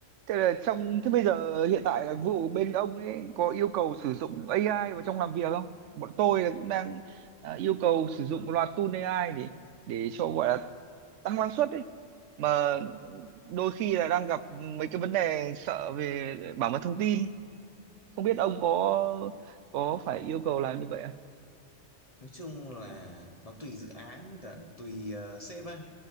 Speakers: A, on the right (about 75°); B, on the left (about 30°).
A: Thế là trong thế bây giờ hiện tại là vụ bên ông ấy có yêu cầu sử dụng AI vào trong làm việc không? Bọn tôi là cũng đang à, yêu cầu sử dụng một loạt tool AI để để cho gọi là tăng năng suất ấy. Mà đôi khi là đang gặp mấy cái vấn đề sợ về bảo mật thông tin. Không biết ông có có phải yêu cầu làm như vậy không?
B: nói chung là nó tùy dự án với cả tùy uh, sếp á